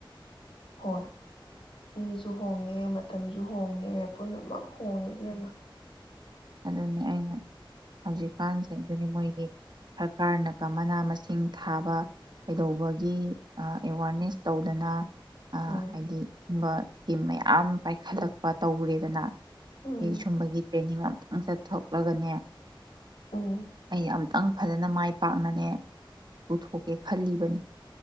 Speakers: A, on the left; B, on the right.
A: ꯍꯣꯏ ꯃꯤꯁꯨ ꯍꯣꯡꯉꯦ ꯃꯇꯝꯁꯨ ꯍꯣꯡꯉꯦ ꯄꯨꯝꯅꯃꯛ ꯍꯣꯡꯉꯤꯕ ꯑꯃ
B: ꯑꯗꯨꯅꯤ ꯑꯩꯅ ꯍꯧꯖꯤꯛꯀꯥꯟꯁꯤꯡ ꯑꯗꯨꯅꯤ ꯃꯣꯏꯒꯤ ꯁꯔꯀꯥꯔꯅꯀ ꯃꯅꯥ ꯃꯁꯤꯡ ꯊꯥꯕ ꯀꯩꯗꯧꯕꯒꯤ ꯑꯦꯋꯥꯔꯅꯦꯁ ꯇꯧꯗꯅ ꯑꯥ
A: ꯎꯝ
B: ꯍꯥꯏꯗꯤ ꯁ ꯏꯁꯀꯤꯝ ꯃꯌꯥꯝ ꯄꯥꯏꯈꯠꯂꯛꯄ ꯇꯧꯔꯦꯗꯅ
A: ꯎꯝ
B: ꯁꯤ ꯁꯨꯝꯕꯒꯤ ꯇ꯭ꯔꯦꯅꯤꯡ ꯑꯃ ꯈꯤꯇꯪ ꯆꯠꯊꯣꯛꯂꯒꯅꯦ
A: ꯎꯝ
B: ꯑꯩ ꯑꯨꯇꯪ ꯐꯖꯅ ꯃꯥꯏ ꯄꯥꯛꯅꯅꯦ ꯄꯨꯊꯣꯛꯀꯦ ꯈꯜꯂꯤꯕꯅꯤ